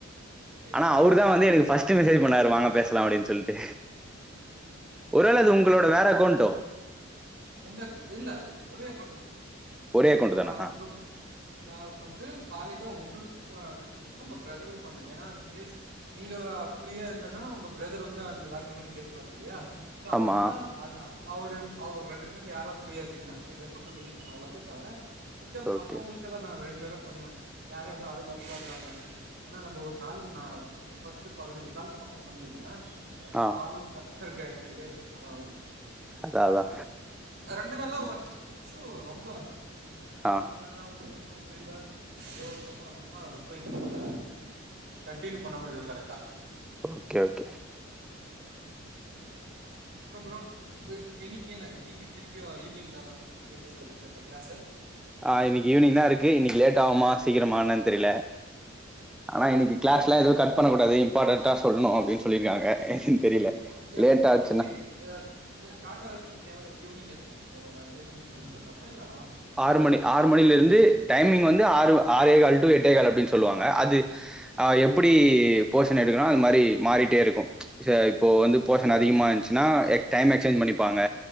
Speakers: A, on the right; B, in the centre.
A: செரி
B: ஆனா அவ்ருதா வந்து எனக்கு ட்டு மெசேஜ் பண்ணாரு வாங்க பேசலா அப்டின் சொல்ட்டு ஒரு வேள அது உங் களோட வேற அக்கோன்ட்டோ
A: எந்த அக் இல்ல ஒரே அக்கோன்ட்
B: ஒரே அக்கௌண்ட்
A: ஆஹ்
B: தானா
A: உங்கப் கா வந்து காலைல ஒங்களுக் ப மெசேஜ் பண்ண உங்க பிரதருக்கு பண்ண ஏனா இன் கேஸ் நீங்க பிரியா இல்லன்னா உங்க பிரதர் வந்து அந்த லாகி கின் பண்ணி பேசுவார் இல்லையா சோ அதனால
B: ஆமா
A: அது அ அவரு அவர் ரெண்டு பேர்ல யாரோ ஃபிரியா இருக்கீங்களான் கேக்கறது உங்ககிட்ட கேக்க அவ்ளோதா தவர மிச்சம் மத்தவங்களுக்கெல்லா
B: ஓகே
A: நா ரெகுலரா பண்ணுவே யாரோ இன்னு அவைலபுல இருக்காங்ளான்னு ஏனா நம்ம ஒரு நாளைக்கு நா பத்து பதினஞ்சு கால் பக்கொ பண்ணிருக்கனு அதனால
B: ஆ
A: ஆளுங்க கரெட்டாருக்காங் கெடைக்காத் <unintelligible>
B: அதா அதா
A: ரெண்டு நாளா ஒர்க் இஷ்யூ ரொம்ப
B: ஆ
A: போன் பண்ணா போன் பண்ண முடியல அது ஒரு பக்கொ அதல்லா ரொம்ப இதுனால கண்ட்டின்யூ பண்ண முடியல கரெக்டா
B: ஓகே ஓகே
A: அப்றொம் ப்ரோ இப்ப இன்னைக்கி என்ன இன்னைக்கி திருப்பி ஈவினிங் தானா இது அந்த க்ளாஸு
B: ஆஹ் இன்னைக்கி ஈவினிங் தா இருக்கு இன்னைக்கு லேட் ஆகுமா சீக்கிரமா என்னன் தெரில ஆனா இன்னைக்கி க்ளாஸ்லா எது கட் பண்ண கூட டது இம்பார்ட்டன்டா சொல்ணு அப்டின் சொல்லிருக்காங்க என்னன்னு தெரியல
A: அடுத்து எப்
B: லேட் ஆச்சுன்னா
A: எப்டி எதா இது ஸ்டாட் ஆகுதா எவ் ஈவினிங் எத்தன மணிக்கு ஒரு ஏழு மணிக்கு மேல ஸ்டார்ட் ஆகுமா இல்ல ஆ
B: ஆறு மணி ஆறு மணில இருந்து டைமிங் வந்து ஆறு ஆறே கால் டு எட்டே கால் அப்டின்னு சொல்லுவாங்க அது எப்டி போஷன் எடுக்கணு அது மாரி மாறி டே இருக்கு இப்போ வந்து போஷன் அதிகமா இருந்துச்சு னா டைம் எக்ஸ்சேஞ்ச் பண்ணிப்பாங்க